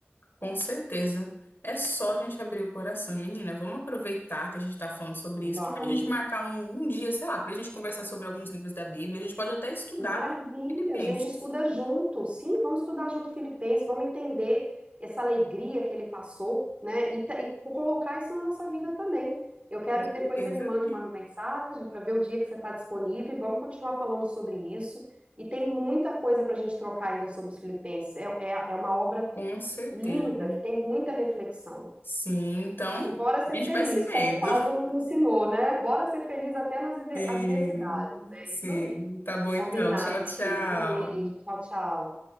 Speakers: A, on the left; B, on the right.
A: Com certeza. É só a gente abrir o coração. Menina, vamos aproveitar que a gente está falando sobre isso,
B: Vamos.
A: que para a gente marcar um, um dia, sei lá, para a gente conversar sobre alguns livros da Bíblia. A gente pode até estudar
B: Maravilha,
A: Filipenses.
B: a gente estuda junto. Sim, vamos estudar junto Filipenses, vamos entender essa alegria que ele passou, né? E, ta- e colocar isso na nossa vida também. Eu quero
A: Com certeza.
B: que depois você me mande uma mensagem para ver o dia que você está disponível. e Vamos continuar falando sobre isso. E tem muita coisa para a gente trocar ainda sobre os Filipenses. É, é, é uma obra
A: Com certeza.
B: linda, que tem muita reflexão.
A: Sim, então
B: E bora ser
A: a gente
B: feliz,
A: vai se vendo.
B: como o Paulo
A: <laughs>
B: nos ensinou, né? Bora ser feliz até nas
A: Sim,
B: adversidades. É
A: sim.
B: isso aí.
A: Tá bom
B: Combinado,
A: então. Tchau,
B: minha
A: tchau.
B: querida. Um beijo. Tchau, tchau.